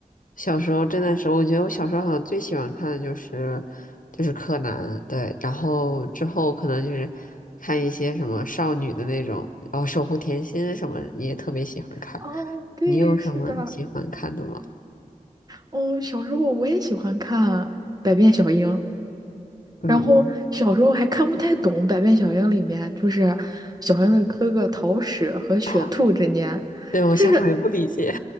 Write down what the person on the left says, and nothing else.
小时候真的是，我觉得我小时候好像最喜欢看的就是就是柯南，对，然后之后可能就是看一些什么少女的那种，然后守护甜心什么也特别喜欢看。
你有什么喜欢看的吗？
嗯，
<laughs> 嗯，
哦，对，我小时候也不理解，